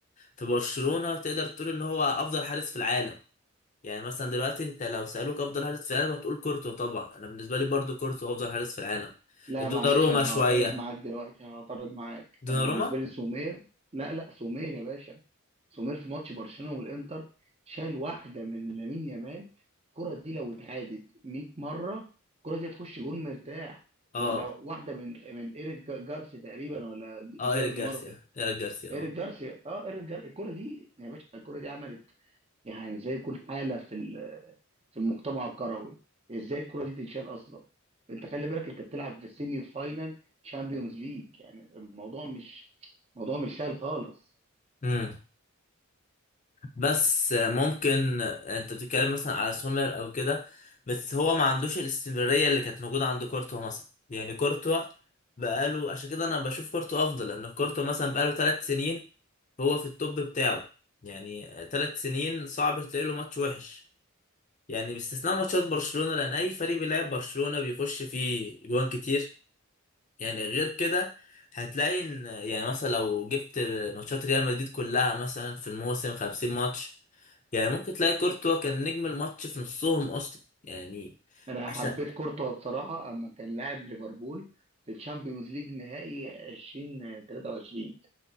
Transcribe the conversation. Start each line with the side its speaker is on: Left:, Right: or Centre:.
Left: في برشلونه تقدر تقول ان هو افضل حارس في العالم يعني مثلا دلوقتي انت لو سالوك افضل حارس في العالم هتقول كورتو طبعا انا بالنسبه لي برضو كورتو افضل حارس في العالم
Right: لا
Left: دوناروما
Right: معلش انا
Left: شويه
Right: هعترض معاك دلوقتي هعترض معاك
Left: دوناروما
Right: انا بالنسبة لي سومير لا لا سومير يا باشا سومير في ماتش برشلونة والانتر شال واحدة من لامين يامال الكرة دي لو اتعادت 100 مرة الكرة دي هتخش جون مرتاح
Left: اه
Right: ولا واحدة من من ايريك جا- جارسيا تقريبا ولا
Left: اه
Right: جيرارد
Left: ايريك جارسيا
Right: مارتن
Left: ايريك جارسيا
Right: ايريك
Left: اه
Right: جارسيا اه ايريك جارسيا الكرة دي يا باشا الكرة دي عملت يعني زي يكون حاله في ال- في المجتمع الكروي ازاي الكره دي تتشال اصلا انت خلي بالك انت بتلعب في السيمي فاينال شامبيونز ليج يعني الموضوع مش موضوع مش سهل خالص
Left: مم. بس ممكن انت بتتكلم مثلا على سومر او كده بس هو ما عندوش الاستمرارية اللي كانت موجودة عند كورتوا مثلا يعني كورتوا بقاله عشان كده انا بشوف كورتوا افضل لان كورتوا مثلا بقاله ثلاث سنين هو في التوب بتاعه يعني ثلاث سنين صعب تلاقي له ماتش وحش يعني باستثناء ماتشات برشلونة لان اي فريق بيلعب برشلونة بيخش فيه جوان كتير يعني غير كده هتلاقي ان يعني مثلا لو جبت ماتشات ريال مدريد كلها مثلا في الموسم 50 ماتش يعني ممكن تلاقي كورتوا كان نجم الماتش في نصهم اصلا يعني
Right: انا
Left: عشان
Right: حبيت كورتوا بصراحه اما كان لاعب ليفربول في الشامبيونز ليج نهائي 2023